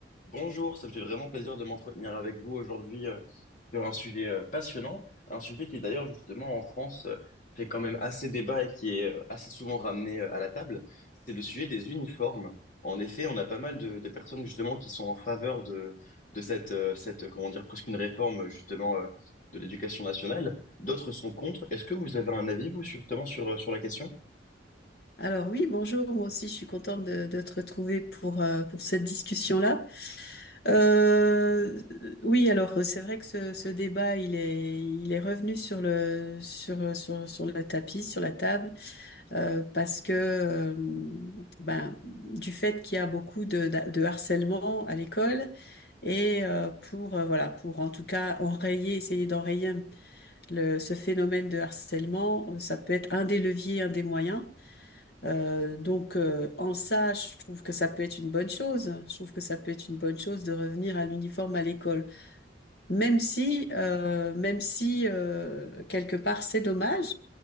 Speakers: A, on the left (about 45°); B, on the left (about 65°).
A: Bonjour, ça me fait vraiment plaisir de m'entretenir avec vous aujourd'hui euh, sur un sujet euh, passionnant, un sujet qui d'ailleurs justement en France euh, fait quand même assez débat et qui est euh, assez souvent ramené euh, à la table, c'est le sujet des uniformes. En effet, on a pas mal de, de personnes justement qui sont en faveur de, de cette, euh, cette, euh, comment dire, presque une réforme euh, justement euh, de l'éducation nationale, d'autres sont contre. Est-ce que vous avez un avis vous justement sur, euh, sur la question?
B: Alors oui, bonjour, moi aussi je suis contente de, de te retrouver pour, euh, pour cette discussion-là. Euh, oui, alors euh, c'est vrai que ce, ce débat, il est, il est revenu sur le, sur, sur, sur le tapis, sur la table, euh, parce que euh, ben, du fait qu'il y a beaucoup de, de, de harcèlement à l'école, et euh, pour, euh, voilà, pour en tout cas enrayer, essayer d'enrayer le, ce phénomène de harcèlement, ça peut être un des leviers, un des moyens. Euh, donc, euh, en ça, je trouve que ça peut être une bonne chose. Je trouve que ça peut être une bonne chose de revenir à l'uniforme à l'école, même si, euh, même si euh, quelque part c'est dommage